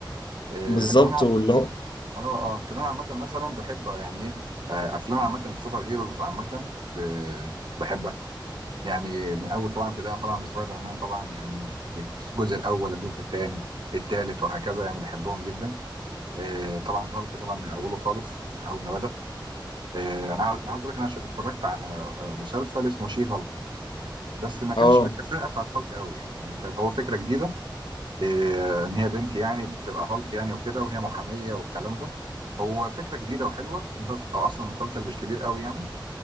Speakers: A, on the right; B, on the left.
A: إيه
B: بالظبط
A: لكن انا عامه
B: واللي هو
A: اه اه لكن انا عامه مثلا بحب يعني ايه آه، افلام عامه السوبر هيروز عامه ب- بحبها يعني من اول طبعا ابتداء طبعا بسبايدر مان طبعا يعني من الجزء الاول الجزء الثاني الثالث وهكذا يعني بحبهم جدا آه، طبعا هالك طبعا من اوله خالص من اول ما بدا آه، انا عايز- انا عايز اقول لك انا ش- اتفرجت على آه، مسلسل اسمه شي هالك بس ما كانش
B: اه
A: بالكفاءه بتاعت هالك قوي يعني يعني كان هو فكره جديده آه، ان هي بنت يعني بتبقى هالك يعني وكده وهي محاميه والكلام ده هو فكره جديده وحلوه ومسلسل أو اصلا المسلسل مش كبير قوي يعني